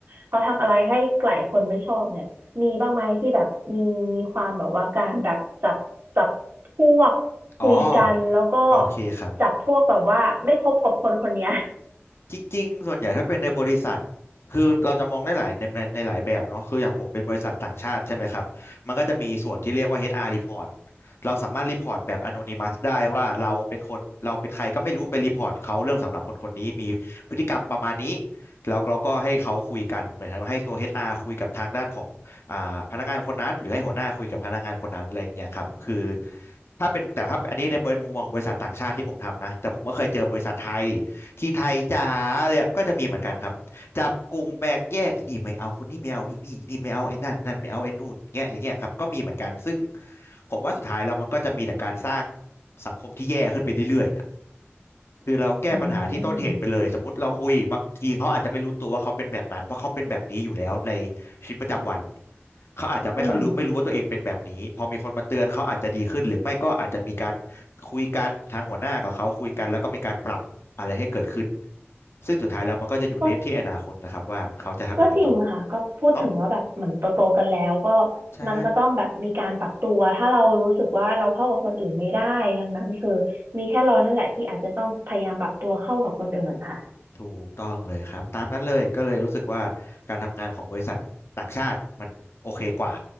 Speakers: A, on the right (about 60°); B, on the left (about 65°).
A: เขาทำอะไรให้หลายคนไม่ชอบเนี่ยมีบ้างไหมที่แบบมีมีความแบบว่าการแบบจับจับพวกคุยกันแล้วก็
B: อ๋อโอเคครับ
A: จับพวกแบบว่าไม่คบกับคนคนเนี้ย
B: จริงๆ ส่วนใหญ่ถ้าเป็นในบริษัทคือเราจะมองได้หลายในในในหลายแบบเนาะคืออย่างผมเป็นบริษัทต่างชาติใช่ไหมครับมันก็จะมีส่วนที่เรียกว่า HR report เราสามารถรีพอร์ตแบบ anonymous ได้ว่าเราเป็นคนเราเป็นใครก็ไม่รู้ไปรีพอร์ตเขาเรื่องสำหรับคนคนนี้มีพฤติกรรมประมาณนี้แล้วเราก็ให้เขาคุยกันเหมือนกับให้ตัว HR คุยกับทางด้านของอ่าพนักงานคนนั้นหรือให้หัวหน้าคุยกับพนักงานคนนั้นอะไรอย่างเงี้ยครับคือถ้าเป็นแต่ถ้าอันนี้ในมุมมองของบริษัทต่างชาติที่ผมทำนะแต่ผมก็เคยเจอบริษัทไทย ที่ไทยจ๋าเลยอะก็จะมีเหมือนกันครับจับกลุ่มแปลกแยกอีนี่ไม่เอาคนนี้ไม่เอาอีนี่อีนี่ไม่เอาไอ้นั่นนั่นไม่เอาไอ้นู่นเงี้ยอย่างเงี้ยครับก็มีเหมือนกันซึ่งผมว่าสุดท้ายแล้วมันก็จะมีแต่การสร้างสังคมที่แย่ขึ้นไปเรื่อยๆนะคือเราแก้ปัญหาที่ต้นเหตุไปเลยสมมติเราคุยบางทีเขาอาจจะไม่รู้ตัวว่าเขาเป็นแบบนั้นเพราะเขาเป็นแบบนี้อยู่แล้วใน
A: อืม
B: ชีวิตประจำวันเขาอาจจะไม่รู้ไม่รู้ว่าตัวเองเป็นแบบนี้พอมีคนมาเตือนเขาอาจจะดีขึ้นหรือไม่ก็อาจจะมีการ
A: อืม
B: คุยกันทางหัวหน้ากับเขาคุยกันแล้วก็มีการปรับอะไรให้เกิดขึ้น ซึ่งสุดท้ายแล้วมันก็จะอยู่ในที่อนาคตนะครับว่าเขาจะทำยังไงต่อ
A: ก็ ก็จริงค่ะก็พูดถึงว่าแบบเหมือนโตโตกันแล้วก็
B: เนาะใช่
A: มันก็ต้องแบบมีการปรับตัวถ้าเรารู้สึกว่าเราเข้ากับคนอื่นไม่ได้ดังนั้นคือมีแค่เรานั่นแหละที่อาจจะต้องพยายามปรับตัวเข้ากับคนอื่นค่ะ
B: ถูกต้องเลยครับตามนั้นเลยก็เลยรู้สึกว่าการทำงานของบริษัทต่างชาติมันโอเคกว่า